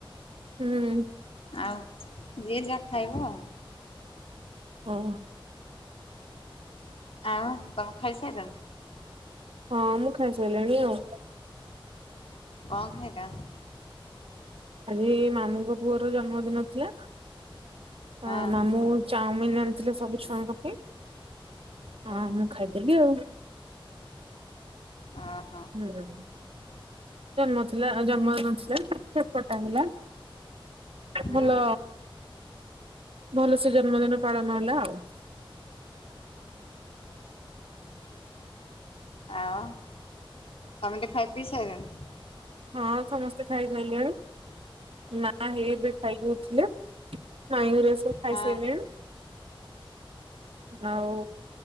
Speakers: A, on the right (about 85°); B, on the left (about 85°).
A: ହୁଁ।
B: ଆଉ ଯିଏ ଯା ଖାଇବ।
A: ହଁ।
B: ଆଉ ତୋମ ଖାଇସାଇଲଣି?
A: ହଁ ମୁଁ ଖାଇସାଇଲିଣି ଆଉ।
B: କଣ ଖାଇଲ?
A: ଆଜି ଏ ମାମୁଁଙ୍କ ପୁଅର ଜନ୍ମଦିନ ଥିଲା।
B: ହଁ
A: ଆ ମାମୁଁ ଚାଉମିିନ୍ ଆଣିଥିଲେ ସବୁ ଛୁଆଙ୍କ ପାଇଁ
B: ହଁ
A: ଆ, ମୁଁ ଖାଇଦେଲି ଆଉ।
B: ଓହୋ।
A: <unintelligible> ତ ନଥିଲା ଆଉ ଜନ୍ମଥିଲା ଦିନଥିଲା କେକ୍ କଟା ହେଲା। ଏ
B: ହୁଁ
A: ଭଲ ଭଲସେ ଜନ୍ମଦିନ ପାଳନ ହେଲା ଆଉ।
B: ଆଉ ସମସ୍ତେ ଖାଇ ପିଇ ସାରିଲଣି।
A: ହଁ ସମସ୍ତେ ଖାଇସାଇଲେଣି। ନା ହେଇ ଏବେ ଖାଇଦଉଥିଲା ମା ହାରିକା ସବୁ ଖାଇସାରିଲେଣି।
B: ହଁ
A: ଆଉ